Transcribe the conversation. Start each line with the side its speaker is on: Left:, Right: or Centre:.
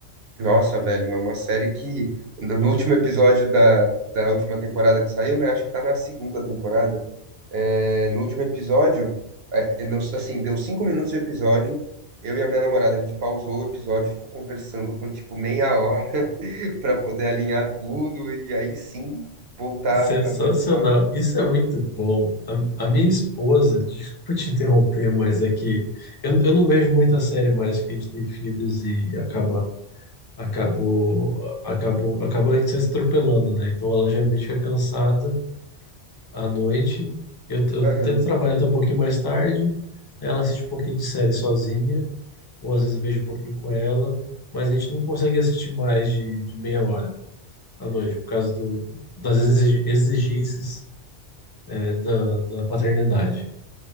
Right: Nossa, velho, é uma série que no no último episódio da, da última temporada que saiu, né? Acho que tá na segunda temporada. é, no último episódio, é, eu não- assim, deu cinco minutos de episódio. Eu e a minha namorada, a gente pausou o episódio, e ficou conversando por tipo meia hora <laughs> pra poder alinhar tudo e aí sim voltar
Left: Sensacional.
Right: a ver o episódio.
Left: Isso é muito bom. A, a minha esposa, desculpa te interromper, mas é que eu, eu não vejo muita série mais que a gente tem filhos e acaba, acabou, acabou, acabou a gente se atropelando, né? Então ela geralmente fica cansada à noite. Eu, eu
Right: Aham.
Left: tento trabalhar até um pouquinho mais tarde. Ela assiste um pouquinho de série sozinha, ou às vezes eu vejo um pouquinho com ela, mas a gente não consegue assistir mais de, de meia hora à noite, por causa do, das exi- exigências é, da, da paternidade.